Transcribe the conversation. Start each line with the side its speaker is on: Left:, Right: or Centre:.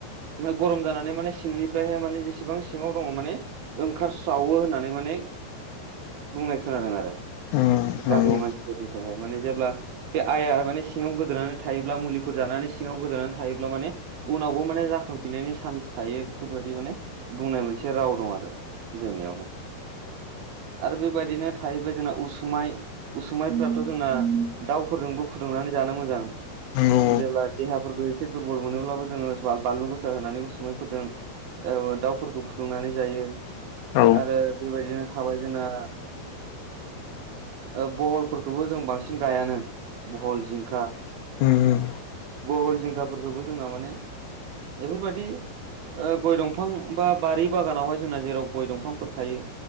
Right: ओमफ्राय गरम जानानै माने सिंनिफ्रायहाय माने जेसेबां आथिङाव दंङ माने ओंखारस्रावो होननानै माने बुंनाय खोनादों आरो
Left: उम नंगौ
Right: गामिनि मानसिफोरनि थाखायहाय माने जेब्ला बे आइया माने सिङाव गोदोनानै थायोब्ला मुलिफोर जानानै सिङाव गोदोनानै थायोब्ला माने उनावबो माने जाखांफिननायनि चान्स थायो बेफोरबायाददि माने बुंनाय मोनसे राव दं आरो जोंनियावहाय आरो बेबायदिनो थाहैबाय जोंना उसुमाय उसुमायफ्राथ' जोंना दाउफोरजोंबो फुदुंनानै जानो मोजां
Left: नंगौ
Right: जेब्ला देहाफोरखौ एसे दुरबल मोनोब्लाबो जोङो बानलु गोसा होनानै उसुमै फोरदों औ दाउ फोरखौ फुदुंनानै जायो
Left: औ
Right: आरो बेबायदिनो थाबाय जोंना ओ बहलफोरखौबो जों बांसिन गायानो बहल जिंखा
Left: ओम
Right: बहल जिंखाफोरखौबो जोंना माने बेफोरबायदि गय दंफां बा बारि बागानावहाय जोंना जेराव गय दंफांफोर थायो